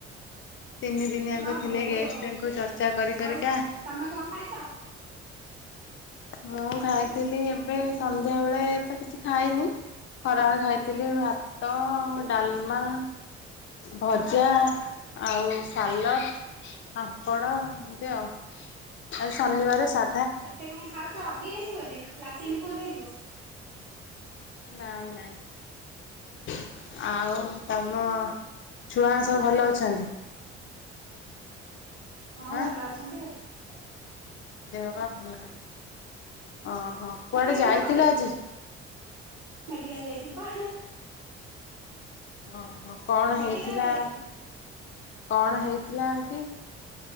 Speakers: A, on the left (about 35°); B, on the right (about 70°).
A: ତିନି ଦିନିଆଙ୍କ
B: ହଁ
A: ଥିଲେ
B: ହଉ
A: ଗେଷ୍ଟଙ୍କୁ
B: ଆଉ
A: ଚର୍ଚ୍ଚା କରି କରିିକା
B: ଆଉ ତମେ କଣ ଖାଇଛ
A: ମୁଁ ଖାଇଥିଲି ଏବେ ସନ୍ଧ୍ୟାବେଳେ ଳେ ତ କିଛି ଖାଇନି ଖରାବେଳ ଖାଇଥିଲି ଭାତ, ଡାଲମା, ଭଜା ଆଉ ସାଲଟ୍, ପାମ୍ପଡ଼ ଏମିତି ଆଉ ଆଜି ଶନିବାରେ ସା
B: ଏତେ କାହିଁ ଖାଉଛ ହଗି ହେଇଯିବ ଯେ ଲାଟିନ ଫୁଲ ହେଇଯିବ।
A: ନାଇଁ ନାଇଁ ଆଉ ତମ ଛୁଆ ସବୁ ଭଲ ଅଛନ୍ତି?
B: ହଁ
A: ଆଁ
B: ଭଲ ଅଛନ୍ତି ଆଉ ।
A: ଦେହ ପା ଭଲ ଅଛି ଓହୋ କୁଆଡେ
B: ମେଡିକାଲ୍
A: ଯାଇଥିଲ
B: ନବ କି
A: ଆଜି?
B: ମେଡିକାଲ୍ ଯାଇଥିଲି ପା।
A: ଓ ହୋ କଣ
B: ମେଡିକାଲ
A: ହେଇଥିଲା?
B: ଯାଇଥିଲି।
A: କଣ ହେଇଥିଲା କି?